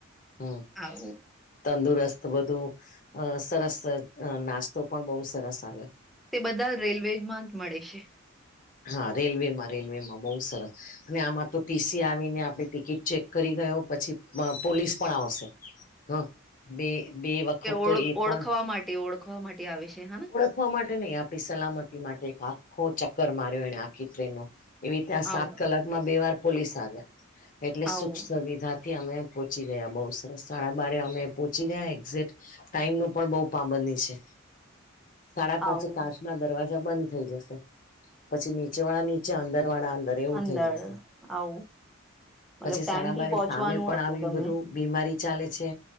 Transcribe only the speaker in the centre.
આવું
તે બધા રેલવેમાં જ મળે છે,
ઓળ
ઓળખવા માટે તે ઓળખવા માટે આવે છે હ
આવું
આવું
આવું
અંદર
આવું
મતલબ ટાઈમ
થી
પહોંચવાનું
હતું
તમે